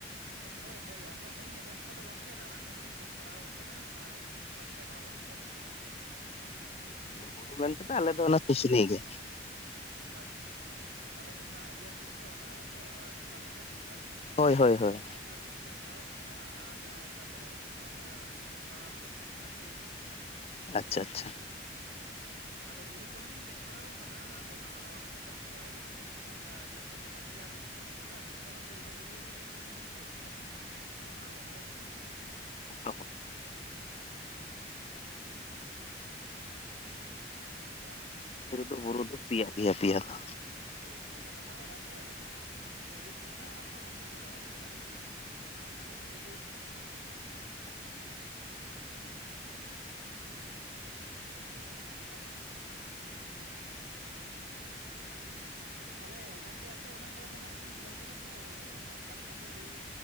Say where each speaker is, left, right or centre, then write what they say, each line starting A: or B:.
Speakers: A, on the right; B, on the left.
A: ᱦᱳᱭ ᱦᱳᱭ ᱟᱸᱡᱚᱢ ᱦᱚᱞᱤᱧ ᱟᱸᱡᱚᱢ ᱟᱠᱟᱫᱟ ᱜᱚᱝᱠᱮ ᱫᱟᱬᱟᱱ ᱦᱚᱞᱤᱧ ᱥᱮᱱ ᱵᱟᱲᱟᱣ ᱟᱠᱟᱱᱟ᱾ ᱵᱟᱨ ᱯᱮ ᱫᱷᱟᱣ ᱫᱚᱞᱤᱧ ᱥᱮᱱ ᱟᱠᱟᱱᱟ᱾
B: ᱵᱩᱨᱩ ᱢᱮᱱᱛᱮᱫᱚ ᱟᱞᱮ ᱫᱚ ᱚᱱᱟ ᱥᱩᱥᱩᱱᱤᱭᱟᱹ ᱜᱮ᱾
A: ᱟᱪᱪᱷᱟ ᱟᱪᱪᱷᱟ ᱚᱸᱰᱮ ᱡᱟᱦᱟᱸ ᱤᱭᱟᱹ ᱦᱩᱭᱩᱜ ᱫᱚ ᱚᱱᱟ ᱟᱵᱚᱣᱟᱜ ᱫᱷᱟᱨᱟ ᱯᱟᱛᱟ ᱦᱩᱭᱩᱜᱼᱟ᱾
B: ᱦᱳᱭ ᱦᱳᱭ ᱦᱳᱭ᱾
A: ᱟᱨ ᱞᱤᱧ ᱥᱮᱱ ᱵᱟᱲᱟᱣ ᱟᱠᱟᱱᱟ ᱟᱨ ᱛᱟᱯᱚᱨᱮ ᱮᱢᱱᱤ ᱦᱚᱸ ᱫᱟᱬᱟᱱ ᱫᱚ ᱥᱮᱱ ᱵᱟᱲᱟ ᱦᱩᱭ ᱟᱠᱟᱱ ᱜᱮᱭᱟ᱾
B: ᱟᱪᱪᱷᱟ ᱟᱪᱪᱷᱟ᱾
A: ᱟᱸ ᱟᱫᱚ ᱵᱩᱨᱩ ᱠᱚᱦᱚᱸ ᱞᱤᱧ ᱫᱮᱡ ᱵᱟᱲᱟᱣ ᱠᱟᱱᱟ ᱟᱫᱚ ᱦᱟᱸᱜ ᱩᱱᱟᱹᱜ ᱜᱟᱱ ᱫᱚ ᱵᱟᱲᱟᱭ ᱵᱟᱹᱱᱩᱜ ᱛᱟᱹᱞᱤᱧᱟ᱾ ᱟᱸᱡᱚᱢ ᱠᱟᱛᱷᱟ ᱛᱚ᱾ ᱯᱮᱭᱟ ᱵᱩᱨᱩ ᱢᱮᱱᱟᱜ ᱟᱠᱟᱫᱟ᱾ ᱟᱞᱤᱧ ᱫᱚ ᱚᱱᱟ ᱯᱳᱭᱞᱳ ᱵᱩᱨᱩ ᱨᱮᱜᱮ ᱢᱤᱫ ᱴᱮᱡ ᱜᱮᱞᱤᱧ ᱫᱮᱡ ᱟᱠᱟᱱᱟ᱾ ᱚᱱᱟ ᱦᱚᱸ ᱚᱨᱫᱷᱮᱠ ᱴᱟ᱾
B: ᱚ
A: <unintelligible> ᱟᱨ
B: ᱵᱤᱨᱫᱚ ᱵᱩᱨᱩ ᱫᱚ ᱯᱮᱭᱟ ᱜᱮᱭᱟ ᱯᱮᱭᱟ ᱫᱚ᱾
A: ᱦᱳᱭ ᱦᱳᱭ ᱟᱫᱚ ᱦᱟᱸᱜ ᱚᱱᱟ ᱜᱮ ᱞᱟᱹᱭ ᱦᱩᱭᱩᱜ ᱠᱟᱱᱟ ᱦᱟᱸᱜ ᱟᱨᱚ ᱦᱟᱸᱜ ᱚᱱᱠᱟ ᱜᱮ ᱫᱟᱬᱟᱱ ᱪᱟᱞᱟᱜ ᱦᱩᱭᱩᱜᱼᱟ᱾ ᱵᱟᱝ ᱧᱮᱞ ᱯᱩᱨᱟᱹᱣ ᱦᱩᱭ ᱠᱟᱱᱟ ᱛᱚ᱾
B: ᱟᱪᱪᱷᱟ᱾
A: <unintelligible> ᱦᱮᱸ ᱟᱨ ᱛᱟᱞᱦᱮ ᱜᱚᱝᱠᱮ ᱟᱯᱮ ᱚᱱᱟ ᱠᱚᱨᱮ ᱫᱚ ᱦᱟᱸᱜ ᱞᱤᱧ ᱧᱮᱞ ᱠᱮᱫᱟ ᱛᱚ ᱱᱚᱜᱼᱚ ᱱᱚᱝᱠᱟ ᱞᱮᱠᱟᱱ ᱫᱚ ᱩᱞ